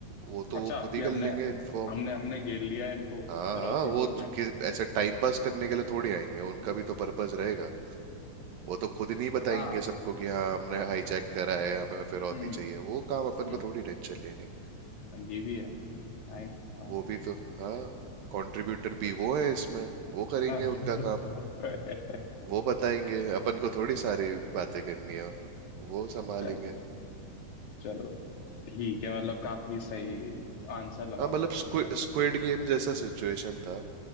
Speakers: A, on the right; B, on the left.
A: वो तो
B: अच्छा
A: वो खुद
B: कि
A: ही
B: हमने
A: कर लेंगे इन्फॉर्म
B: हमने हमने घेर लिया है इनको
A: हाँ
B: फिरौती
A: हाँ, वो
B: दो
A: तो
B: में
A: कि- ऐसे टाइम पास करने के लिए थोड़ी आएंगे उनका भी तो पर्पस रहेगा वो तो खुद ही नहीं बताएंगे
B: हाँ
A: सबको कि हाँ हमने हाईजैक करा है हमें फिरौती
B: हम्म
A: चाहिए वो काम अपन
B: हम्म
A: को थोड़ी टेंशन लेनी
B: ये भी है नाइस हाँ
A: वो भी तो हाँ कंट्रीब्यूटर भी वो है इसमें वो करेंगे
B: <laughs> अच्छा
A: उनका काम वो बताएंगे अपन को थोड़ी सारी बातें करनी है वो संभालेंगे
B: चलो चलो ठीक है मतलब काफी सही आंसर लगा
A: हाँ मतलब
B: मेरे को तुम्हारा
A: स्क्विड गेम जैसा सिचुएशन था